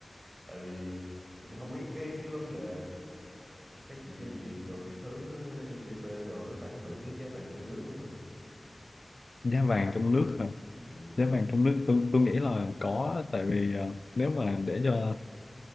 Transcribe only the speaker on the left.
giá vàng trong nước
giá vàng trong nước tôi tôi nghĩ là có tại vì ờ, nếu mà để cho